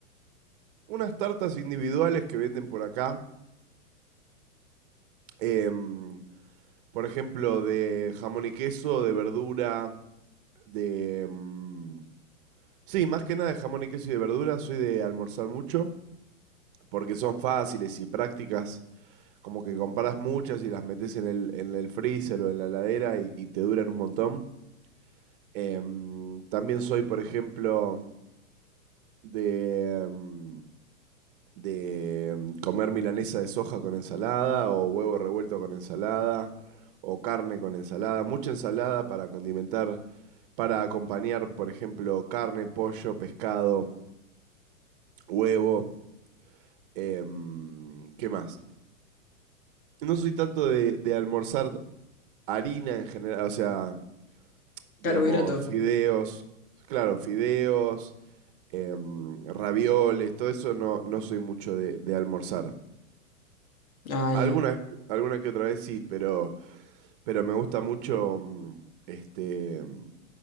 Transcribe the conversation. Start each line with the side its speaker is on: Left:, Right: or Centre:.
Right: unas tartas individuales que venden por acá. em, por ejemplo, de jamón y queso, de verdura, de... em, sí, más que nada de jamón y queso y de verdura. Soy de almorzar mucho porque son fáciles y prácticas. Como que compras muchas y las metes en el, en el freezer o en la heladera y, y te duran un montón. Em, también soy, por ejemplo, de, mm, de mm, comer milanesa de soja con ensalada o huevo revuelto con ensalada o carne con ensalada, mucha ensalada para condimentar, para acompañar, por ejemplo, carne, pollo, pescado, huevo, em, ¿qué más? No soy tanto de, de almorzar harina en general, o sea, digamos,
Left: Carbohidrato.
Right: fideos, claro, fideos, em, ravioles, todo eso no, no soy mucho de, de almorzar.
Left: Ah,
Right: Alguna,
Left: ya.
Right: alguna que otra vez sí, pero, pero me gusta mucho, mm, este, mm,